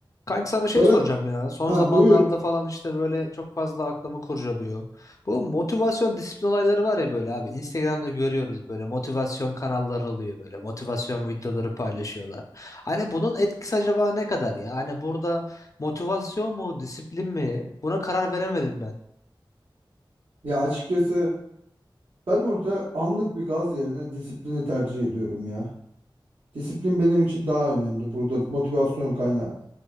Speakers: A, on the left; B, on the right.
A: Kanka sana şey
B: Ferhat,
A: soracağım ya. Son
B: ha,
A: zamanlarda
B: buyur.
A: falan işte böyle çok fazla aklımı kurcalıyor. Bu motivasyon disiplin olayları var ya böyle abi. Instagram'da görüyoruz böyle motivasyon kanalları oluyor böyle. Motivasyon videoları paylaşıyorlar. Hani bunun etkisi acaba ne kadar ya? Hani burada motivasyon mu disiplin mi? Buna karar veremedim ben.
B: Ya açıkçası ben orada anlık bir gaz yerine disiplini tercih ediyorum ya. Disiplin benim için daha önemli. Burada motivasyon kaynağı.